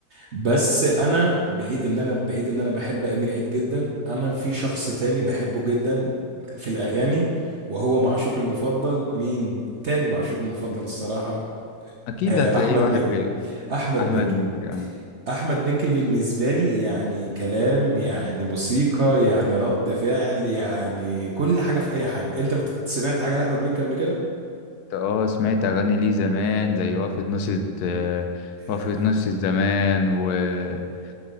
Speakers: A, on the right (about 50°); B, on the left (about 75°).
A: بس انا بعيد ان انا بعيد ان انا بحب امير عيد جدا انا في شخص تاني بحبه جدا في الاغاني وهو معشوق المفضل مين تاني معشوق المفضل الصراحة
B: أكيد
A: آه،
B: هتلاقيه
A: احمد
B: واحد
A: مكي
B: بي...
A: احمد
B: أحمد
A: مكي
B: مكي أه
A: احمد مكي بالنسبة لي يعني كلام يعني موسيقى يعني رد فعل يعني كل حاجة في اي حاجة انت بت- سمعت حاجة لاحمد مكي قبل كده
B: أنت أه سمعت أغاني ليه زمان زي وقفة نص آه، وقفة
A: آه،
B: نص الزمان وبرضه